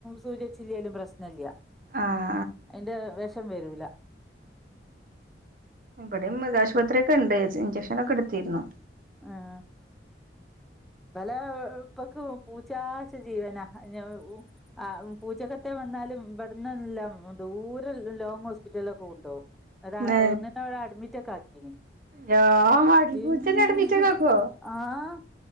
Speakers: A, in the centre; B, on the right (about 45°).
A: സൂചി വെച്ചില്ലേലും പ്രശ്നില്ല
B: ആഹ്
A: അതിന്റെ വെഷം വരൂല്ല
B: ഇവിടേം മൃഗാശുപത്രിയക്കെ എണ്ട് ഇജ് ഇഞ്ചെക്ഷനൊക്കെ എടുത്തിരുന്നു
A: ആഹ് ഇബലാ ഉപ്പക്കും പൂച്ചാന്ന്ച്ച ജീവന <unintelligible> ആഹ് പൂച്ചക്കത്തെ വന്നാലും ഇബടുന്നെല്ലാം ദൂരെ ലോങ്ങ് ഹോസ്പിറ്റൽലൊക്കെ കൊണ്ടോകും അത
B: ഏഹ്
A: ഒന്നിനവിടെ അഡ്മിറ്റൊക്കെ ആക്കീന്
B: യാ അടിപൂച്ചനെ
A: <unintelligible>
B: അഡ്മിറ്റാക്കാക്കോ
A: ആഹ്